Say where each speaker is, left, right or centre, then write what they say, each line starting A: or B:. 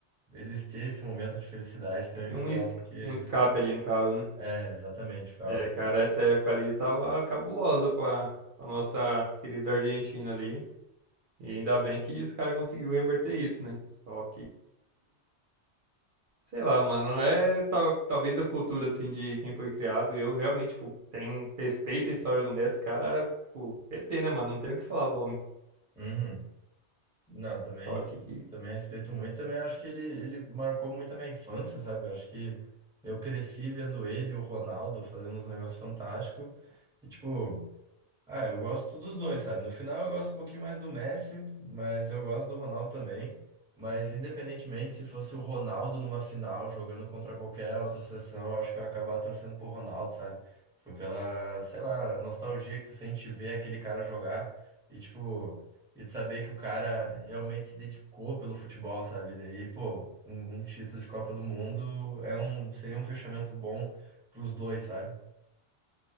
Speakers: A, in the centre; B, on the right (about 55°).
A: eles ter esse momento de felicidade também
B: Tem
A: foi
B: um, es-
A: algo que.
B: um escape ali, no caso, né?
A: É, exatamente, foi
B: É,
A: algo que.
B: cara, essa época ali tava cabulosa pra, pra nossa querida Argentina ali. E ainda bem que os caras conseguiu reverter isso, né? Só que Sei lá, mano, é tal, talvez a cultura, assim, de quem foi criado. Eu realmente, tipo, tenho respeito à história do Messi, cara, tipo, ET, né, mano? Não tenho o que falar do homem.
A: Uhum. Não, também
B: Só
A: respeito,
B: que,
A: também respeito muito. Também acho que ele, ele marcou muito a minha infância, sabe? Eu acho que eu cresci vendo ele e o Ronaldo fazendo uns negócios fantásticos. E, tipo. Ah, eu gosto dos dois, sabe? No final eu gosto um pouquinho mais do Messi, mas eu gosto do Ronaldo também. Mas independentemente se fosse o Ronaldo numa final jogando contra qualquer outra seleção, eu acho que eu ia acabar torcendo pro Ronaldo, sabe? Foi pela, sei lá, nostalgia que tu sente ver aquele cara jogar e tipo, e de saber que o cara realmente se dedicou pelo futebol, sabe? Daí, pô, um, um título de Copa do Mundo é um, seria um fechamento bom pros dois, sabe?